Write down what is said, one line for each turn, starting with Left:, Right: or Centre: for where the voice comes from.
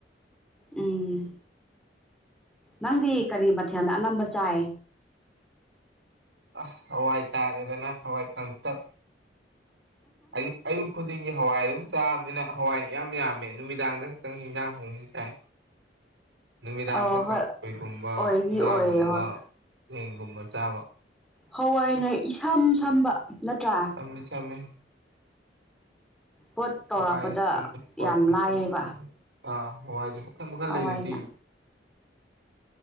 Centre: ꯎꯝ ꯅꯪꯗꯤ ꯀꯔꯤ ꯃꯊꯦꯜꯅ ꯑꯅꯝꯕ ꯆꯥꯏ
Right: ꯑꯁ ꯍꯋꯥꯏ ꯇꯥꯔꯦꯗꯅ ꯍꯋꯥꯏ ꯀꯪꯊꯛ ꯑꯌ ꯑꯌꯨꯕ ꯈꯣꯗꯤ ꯑꯩꯒꯤ ꯍꯋꯥꯏ ꯑꯗꯨꯝ ꯆꯥꯕꯅꯤꯅ ꯍꯋꯥꯏꯅꯤ ꯌꯥꯝ ꯌꯥꯝꯃꯦ ꯅꯨꯃꯤꯗꯥꯡꯗ ꯈꯛꯇꯪ ꯍꯟꯖꯥꯡ ꯍꯣꯡ ꯆꯥꯏ ꯅꯨꯃꯤꯗꯥꯡꯗ
Centre: ꯑꯣ ꯍꯣꯏ
Right: ꯀꯥꯡꯈꯣꯏꯒꯨꯝꯕ
Centre: ꯑꯣꯏꯗꯤ
Right: ꯉꯥꯒꯨꯝꯕ
Centre: ꯑꯣꯏꯌꯦ ꯍꯣꯏ
Right: ꯌꯦꯡꯒꯨꯝꯕ ꯆꯥꯕ
Centre: ꯍꯋꯥꯏꯅꯥꯏ ꯏꯁꯝ ꯁꯝꯕ ꯅꯠꯇ꯭ꯔꯥ
Right: ꯑꯝꯅꯤ ꯆꯃꯦ
Centre: ꯄꯣꯠ ꯇꯧꯔꯛꯄꯗ
Right: ꯍꯋꯥꯏꯅ ꯆꯝꯃꯤ ꯍꯋꯥꯏ
Centre: ꯌꯥꯝ
Right: ꯀꯪꯇꯛꯅ
Centre: ꯂꯥꯏꯌꯦꯕ
Right: ꯆꯝꯃꯤ ꯑꯥ ꯍꯋꯥꯏꯁꯦ ꯃꯈꯜ ꯃꯈꯜ
Centre: ꯍꯋꯥꯏꯅ
Right: ꯂꯩꯗꯨꯗꯤ